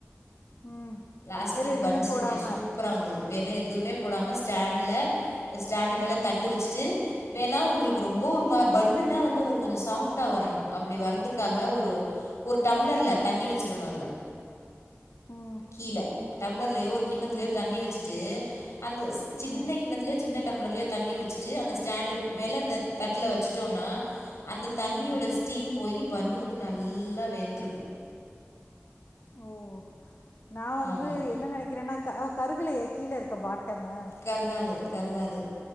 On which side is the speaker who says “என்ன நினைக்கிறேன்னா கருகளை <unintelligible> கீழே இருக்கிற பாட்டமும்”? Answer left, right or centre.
Left